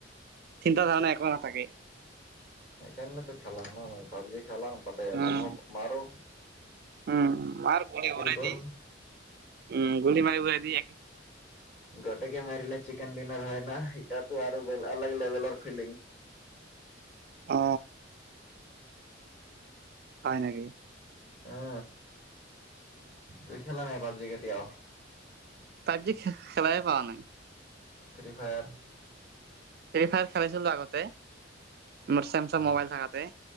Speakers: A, on the right; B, on the left.
A: চিন্তা ধাৰণা একো নাথাকে।
B: সেইকাৰণে তো খেলাম ন নই ভাব যে খেলাম। ততে
A: উম
B: মানহ মাৰ
A: উম মাৰ গোল উৰাই
B: কৰো
A: দি, উম গোলি মাৰ উৰাই দি
B: গোটে মাৰিলে চিকেন ডিনাৰ হয় ন সাতো আৰু অলগ লেভেলৰ ফিলিং।
A: অ। হয় নেকি।
B: অ। তুই খেলা নাই এবাৰ? কেতিয়াও?
A: পাবজি খে খেলাই হোৱা নাই
B: ফ্ৰী ফায়াৰ
A: ফ্ৰী ফায়াৰ খেলিছিলো আগতে মোৰ ছেমচং
B: অ',
A: মোবাইল থাকতে